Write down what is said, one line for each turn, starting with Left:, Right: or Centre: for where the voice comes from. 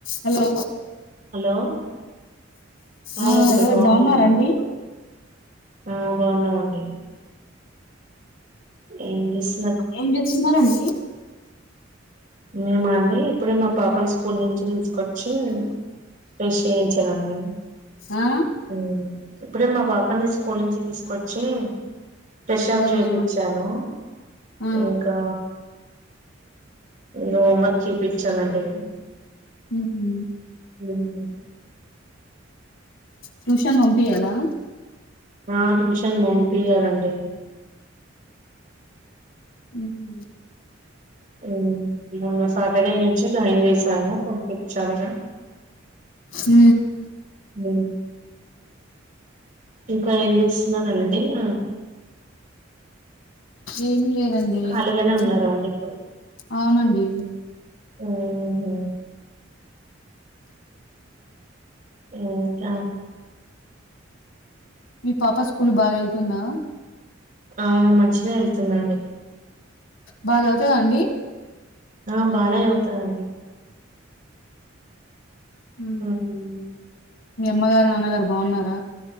Left: హలో
Right: హలో హాయ్
Left: ఆ
Right: అండీ
Left: హలో
Right: బాగున్నార
Left: బాగున్నారండి
Right: ఆ బాగున్నాం అండి ఏం జేస్
Left: ఏం చేస్తున్నార్ అండి
Right: మేమా అండి ఇప్పుడే మా పాపను స్కూల్ నుంచి తీసుకోచ్ చ్చి ఫ్రెష్ చేయించానండి
Left: ఆ
Right: ఉ ఇప్పుడే మా పాపని స్కూల్ నుంచి తీసుకొచ్చి ఫ్రెష్ అప్
Left: అవునా
Right: చేపిచ్చాను
Left: ఆ
Right: ఇంకా ఇంగ హోమ్ వర్క్ చేపిచ్చాన్ అండి
Left: ఉహు
Right: లుంటది
Left: ట్యూషన్ పంపియలా
Right: ఆ ట్యూషన్ పంపియాలండి
Left: ఉహు
Right: ఉ మొన్న సాటర్డే నుంచె జాయిన్ చేశాను పంపిచ్చాలిగా
Left: హు
Right: ఉ ఇంక ఏం చేస్తున్నారండి ఆ
Left: ఏం లేదండి
Right: ఖాళీగానే
Left: కూర్చున్న
Right: ఉన్నారా అండి ఇప్పుడు
Left: అవునండి
Right: ఆహ అ చ
Left: మీ పాప స్కూల్ బాగెళ్తుందా
Right: ఆ మంచినే వెళ్తుంది అండి
Left: బాగ చదువుతదా అండి
Right: ఆ బానే చదువుతదండి
Left: ఉ
Right: మ్మ్
Left: మీ అమ్మగారు నాన్నగారు బాగున్నార